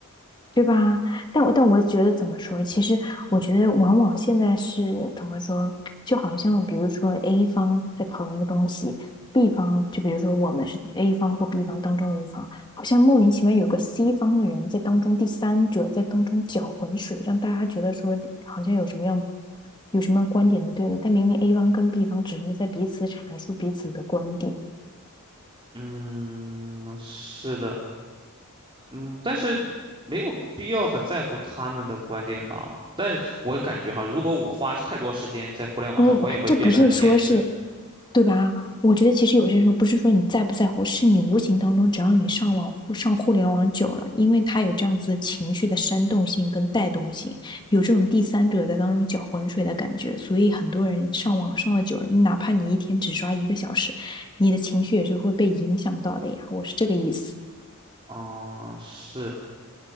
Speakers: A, on the left; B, on the right.
A: 对吧？但我但我觉得怎么说？其实我觉得往往现在是怎么说？就好像比如说 A 方在讨论一个东西，B 方就比如说我们是 A 方或 B 方当中的一方，好像莫名其妙有个 C 方的人在当中第三者在当中搅浑水，让大家觉得说好像有什么样有什么样观点的对立，但明明 A 方跟 B 方只是在彼此阐述彼此的观点。
B: 嗯，是的。嗯，但是没有必要很在乎他们的观点吧。但是我感觉哈，如果我花太多时间在互联网上，
A: 不不不，
B: 我也会变得很偏执。
A: 这不是说是，对吧？我觉得其实有些时候不是说你在不在乎，是你无形当中，只要你上网上互联网久了，因为它有这样子情绪的煽动性跟带动性，有这种第三者在当中搅浑水的感觉，所以很多人上网上了久了，哪怕你一天只刷一个小时，你的情绪也是会被影响到的呀。我是这个意思，
B: 啊、是，